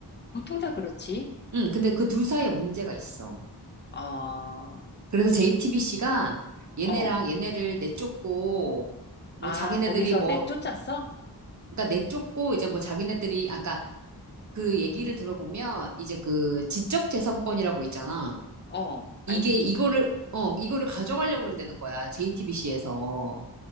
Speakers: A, on the left; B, on the right.
A: 보통 다 그렇지.
B: 응, 근데 그 둘 사이에 문제가 있어.
A: 어.
B: 그래서 JTBC가 얘네랑
A: 어.
B: 얘네를 내쫓고 뭐
A: 아,
B: 자기네들이
A: 거기서
B: 뭐
A: 내쫓았어?
B: 그러니까 내쫓고 이제 뭐 자기네들이 아까 그 얘기를 들어보면 이제 그 지적 재산권이라고 있잖아.
A: 어. IP.
B: 이게 이거를 어 이거를 가져가려고 그런다는 거야. JTBC에서.